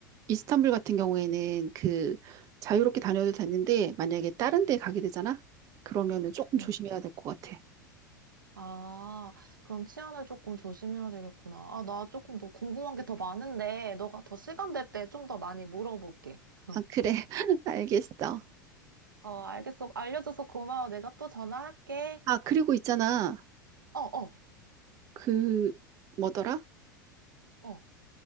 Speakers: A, on the right; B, on the right.
A: 이스탄불 같은 경우에는 그 자유롭게 다녀도 되는데 만약에 다른 데 가게 되잖아? 그러면은 조금 조심해야
B: 응.
A: 될 것 같아.
B: 아, 그럼 치안을 조금 조심해야 되겠구나. 아, 나 조금 더 궁금한 게 더 많은데, 너가 더 시간 될 때 좀 더 많이 물어볼게. <laughs>
A: 아, 그래. <laughs> 알겠어.
B: 어, 알겠어. 알려줘서 고마워. 내가 또 전화할게.
A: 아, 그리고 있잖아.
B: 어, 어,
A: 그 뭐더라?
B: 어,